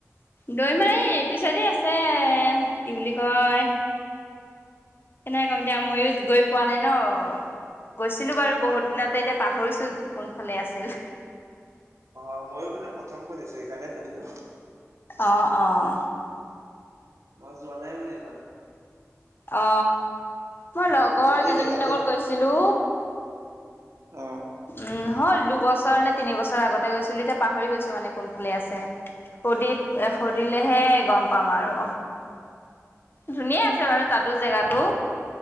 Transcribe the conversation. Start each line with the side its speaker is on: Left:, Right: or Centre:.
Left: দৈমাৰ এই এইটো চাইদে আছে কি বুলি কয়। কেনেকে কম এতিয়া মইয়ো গৈ পোৱা নাই ন গৈছিলো বাৰু বহুত দিনতে এতিয়া পাহৰিছো কোনফালে আছিল।
Right: অ ময়ো মানে প্ৰথম শুধিছো সকাৰণে সুধিলো।
Left: অঁ অঁ,
Right: মই যোৱা নাই মানে এইফালে।
Left: অ মই লগৰ
Right: যদি
Left: কেইজনীৰ
Right: জেগাটো
Left: লগত গৈছিলো।
Right: অ
Left: উম হল দুবছৰ নে তিনিবছৰ আগতে গৈছিলো এতিয়া পাহৰি গৈছো মানে কোনফালে আছে। সুধি এ সুধিলেহে গম পাম আৰু ধুনীয়াই আছে বাৰু তাতো জেগাতো।